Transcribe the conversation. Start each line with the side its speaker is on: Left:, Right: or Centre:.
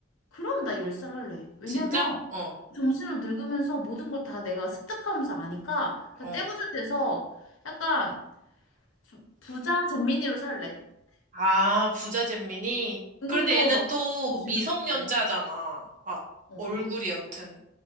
Left: 그럼 나 10살 할래. 왜냐면
Right: 진짜? 어,
Left: 정신으로 늙으면서 모든 걸 다 내가 습득하면서 아니까
Right: 어.
Left: 그냥 떼부자 돼서 약간 부- 부자 잼민이로 살래.
Right: 아, 부자 잼민이?
Left: 운동도
Right: 그런데 얘는
Left: 막
Right: 또
Left: 열심히
Right: 미성년자잖아.
Left: 하고.
Right: 아,
Left: 어,
Right: 얼굴이
Left: 어.
Right: 여튼.